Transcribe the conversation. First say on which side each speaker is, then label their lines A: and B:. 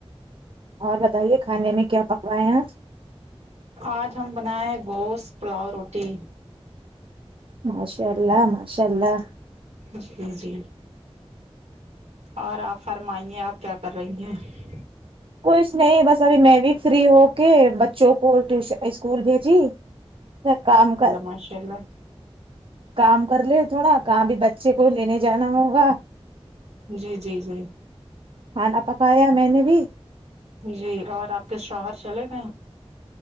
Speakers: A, on the right; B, on the right.
A: اور بتائیے کھانے میں کیا پکہ ہیں آج
B: آج ہم بنائے ہیں گوشت پلاؤ روٹی
A: ماشاءاللہ ماشاءاللہ
B: جی جی اور آپ فرمائیے آپ کیا کر رہی ہیں
A: کچھ نہیں بس ابھی میں بھی فری ہو کے بچوں کو ٹیشن اسکول بھیجی میں کام کر
B: ماشاءاللہ
A: کام کر لے تھوڑا کہاں بھی بچے کو لینے جانا ہوگا
B: جی جی جی
A: کھانا پکایا میں نے بھی
B: جی اور آپ کے شوہر چلے گئے